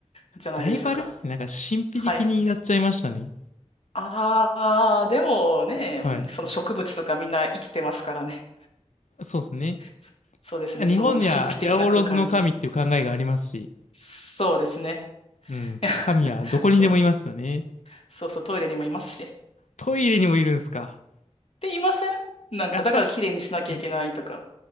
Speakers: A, on the left; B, on the left.
A: じゃ <laughs> ないでしょうか。
B: だいぶあれっすね。なんか神秘的になっちゃいましたね。
A: はい。ああ、でもね、
B: はい。
A: その植物とかみんな生きてますからね。
B: そうですね。
A: そそうですね。
B: まあ日本には八百万の神っていう考えがありますし、
A: その神秘的な空間に。そうですね。
B: うん。
A: <laughs>
B: 神はどこにでもいますよね。
A: そう。そうそう、トイレにもいますし。っ
B: トイレにもいるんすか。
A: て言いませんなんか、
B: あ、
A: だから綺麗にしなきゃいけないとか。
B: 確か、はい。